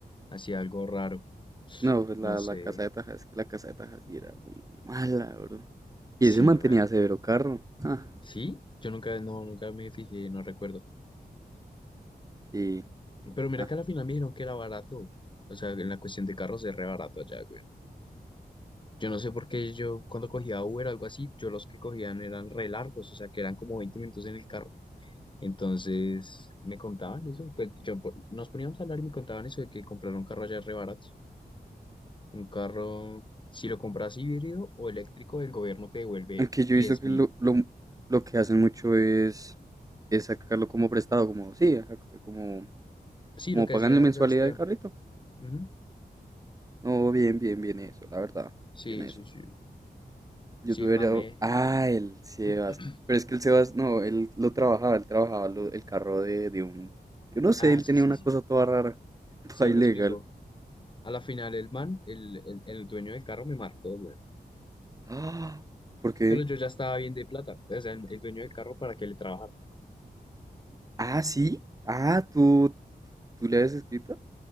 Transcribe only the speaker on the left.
hacía algo raro.
No sé.
Sí,
marica.
¿Sí? Yo nunca, no, nunca me fijé, no recuerdo.
Pero mira
que a la final me dijeron que era barato. O sea, en la cuestión de carros es re barato allá, güey. Yo no sé por qué yo, cuando cogía Uber o algo así, yo los que cogían eran re largos. O sea, que eran como 20 minutos en el carro. Entonces me contaban eso, pues yo po- nos poníamos a hablar y me contaban eso de que comprar un carro allá es re barato. Un carro, si lo compras híbrido o eléctrico, el gobierno te devuelve
diez
mil.
Sí,
lo que
decía
Sebastián.
Ujú.
Sí,
sí, sí.
Sí,
el man me...
<clears throat>
Ah,
sí,
sí,
sí.
Sí,
él
me explicó. A la final el man, el, el, el dueño del carro me marcó, güey.
Pero yo ya estaba bien de plata. O sea, el, el dueño del carro para que le trabajara.